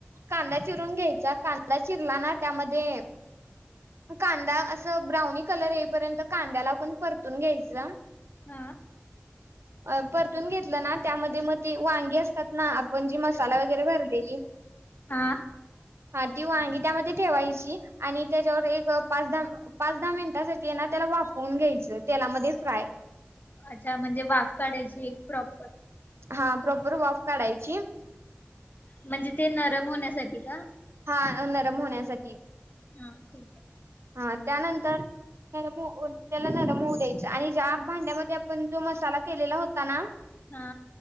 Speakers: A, on the right (about 80°); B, on the left (about 45°).
A: कांदा चिरून घ्यायचा कांदा चिरला ना त्यामध्ये कांदा असं ब्राऊनी कलर येईपर्यंत कांद्याला आपण परतून घ्यायचं.
B: हा
A: अ परतून घेतलं ना त्यामध्ये मग ते वांगी असतात. ना आपण जी मसाला वगैरे भरलेली
B: हा
A: हा ती वांगी त्यामध्ये ठेवायची आणि त्याच्यावर एक पाच दहा पाच दहा मिनटासाठी ना त्याला वाफवून घ्यायचं तेलामध्ये फ्राय
B: अच्छा म्हणजे वाफ काढायची एक प्रॉपर
A: हा प्रॉपर वाॉफ काढायची.
B: म्हणजे ते नरम होण्यास साठी का?
A: हा नरम होण्यासाठी
B: हा ठीक आहे
A: हा त्यानंतर त्याला नरम त्याला नरम होऊ द्यायच आणि ज्या भांड्यामध्ये आपण जो मसाला केलेला होता ना
B: हा